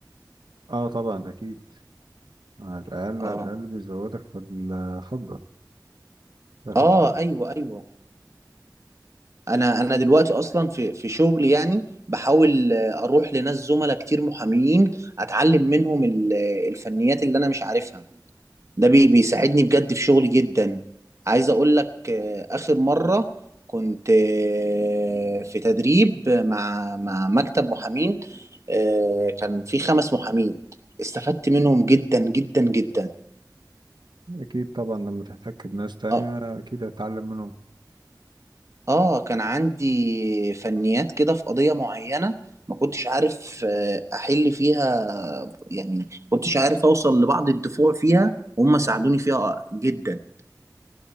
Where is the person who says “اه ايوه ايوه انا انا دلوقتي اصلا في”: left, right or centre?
Right